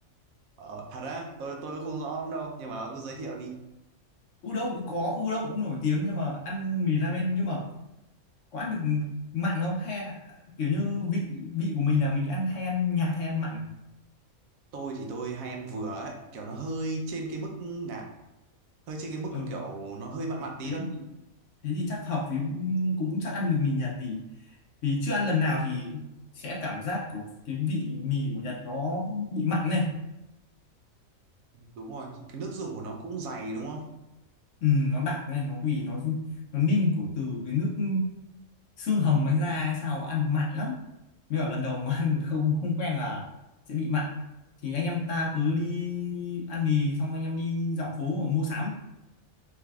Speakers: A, on the right (about 75°); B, on the left (about 65°).
A: ờ, thật á tôi tôi không rõ lắm đâu nhưng mà ông cứ giới thiệu đi
B: Udon cũng có udon cũng nổi tiếng nhưng mà ăn mì ramen nhưng mà có ăn được mặn không hay là kiểu như vị vị của mình là mình ăn hay ăn nhạt hay ăn mặn.
A: tôi thì tôi hay ăn vừa ấy kiểu nó hơi trên cái mức ngạt hơi trên cái mức
B: Ừ,
A: kiểu nó hơi mặn mặn tí
B: thế
A: thôi
B: thì, thế thì chắc hợp với cũng chắc ăn được mì Nhật vì vì chưa ăn lần nào thì sẽ cảm giác của cái vị mì của Nhật nó bị mặn này.
A: đúng rồi cái nước dùng của nó cũng dày đúng không
B: Ừ, nó đặc này, nó vì nó nó ninh của từ cái nước xương hầm hay da hay sao ăn mặn lắm mới bảo lần đầu mà ăn <laughs> không không quen là sẽ bị mặn thì anh em ta cứ đi ăn mì xong anh em đi dạo phố mua sắm